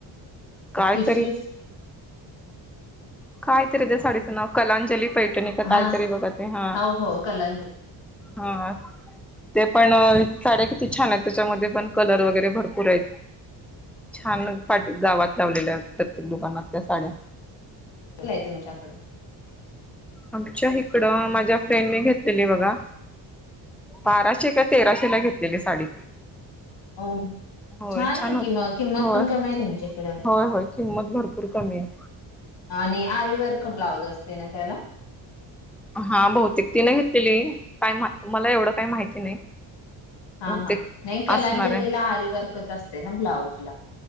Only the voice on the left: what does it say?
टिश्यूस
हा
हो हो कलंजी
आहे तुमच्याकडे
हाऊ
छाने
कि मग किंमत
पण कमीये तुमच्या इकडं.
आणि आरीवर्क ब्लाउज असते ना त्याला.
हा
हा नाही कलाजलीला
आरी वर्कच असते ना ब्लाउज ला.